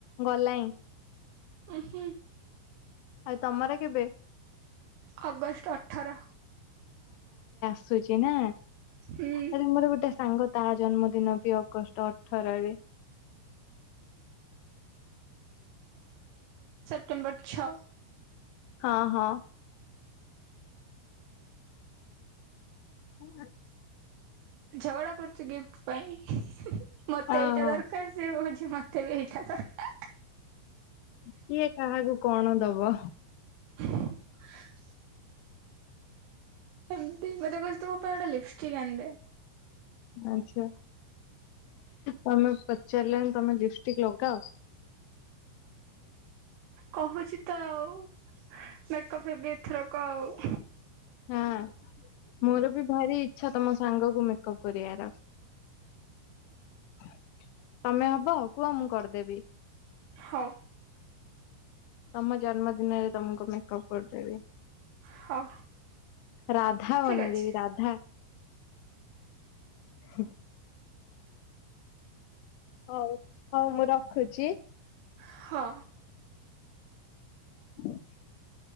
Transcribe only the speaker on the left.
ଗଲାଇଁ।
ଆଉ ତମର କେବେ?
ଆସୁଚି ନା,
ଆରେ ମୋର ଗୋଟେ ସାଙ୍ଗ ତା ଜନ୍ମଦିନ ବି ଅଗଷ୍ଟ ଅ ଖରାରେ।
ହଁ ହଁ। ହୁଁ
ହଁ
କିଏ କାହାକୁ କଣ ଦବ
ଆଛା ତମେ ପଚାରିଲନି ତମେ ଲିପଷ୍ଟିକ ଲଗାଅ?
ହଁ ମୋର ବି ଭାରି ଇଛା ତମ ସାଙ୍ଗକୁ ମେକଅପ କରିଆର। ତମେ ହବ କୁହ ମୁଁ କରିଦେବି।
ତମ ଜନ୍ମଦିନରେ ତମକୁ ମେକଅପ୍ କରିଦେବି।
ରାଧା
ବନେଇ
ଦେବି ରାଧା। ହୁଁ। ହଉ ହଉ ମୁଁ ରଖୁଚି।
<inaudible>